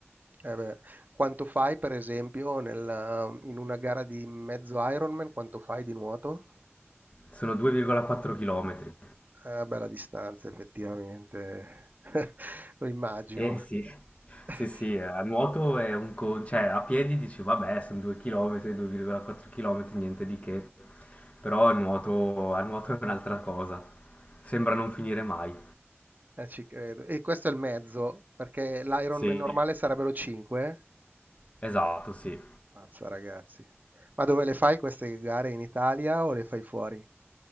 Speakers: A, on the right (about 40°); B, on the left (about 30°).
A: Eh beh, quanto fai, per esempio, nel- in una gara di mezzo Ironman, quanto fai di nuoto?
B: Sono 2,4 km.
A: Eh, bella distanza, effettivamente. <laughs> Lo immagino.
B: Eh sì,
A: <laughs>
B: sì, sì, a nuoto è un co- cioè a piedi dici vabbè sono 2 km, 2,4 km, niente di che, però a nuoto, a nuoto è un'altra cosa, sembra non finire mai.
A: Eh, ci credo. E questo è il mezzo, perché l'Ironman
B: Sì,
A: normale sarebbero 5.
B: esatto, sì.
A: Mazza, ragazzi. Ma dove le fai queste gare? In Italia o le fai fuori?